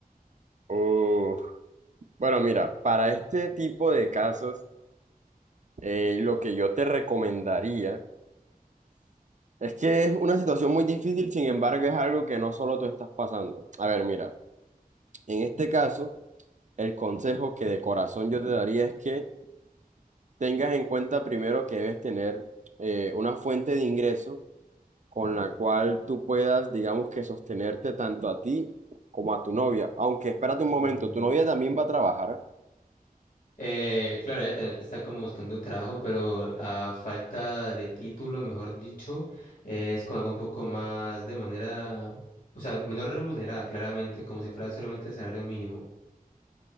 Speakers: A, on the right; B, on the left.
A: Uf, Bueno, mira, para este tipo de casos, eh, lo que yo te recomendaría es que es una situación muy difícil, sin embargo, es algo que no solo tú estás pasando. A ver, mira. En este caso, el consejo que de corazón yo te daría es que tengas en cuenta primero que debes tener eh, una fuente de ingreso con la cual tú puedas, digamos que sostenerte tanto a ti como a tu novia. Aunque espérate un momento,
B: Ujú.
A: ¿tu novia también va a trabajar?
B: Eh, claro, ella también está como buscando trabajo, pero a falta de título, mejor dicho, eh, es como algo un poco más de manera, o sea, menor remunerada, claramente, como si fuera solamente el salario mínimo,